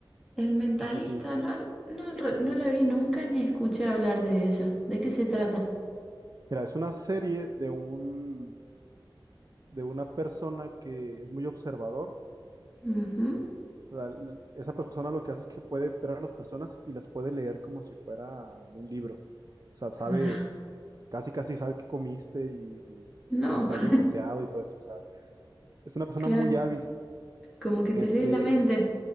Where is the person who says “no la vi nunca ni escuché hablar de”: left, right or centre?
Centre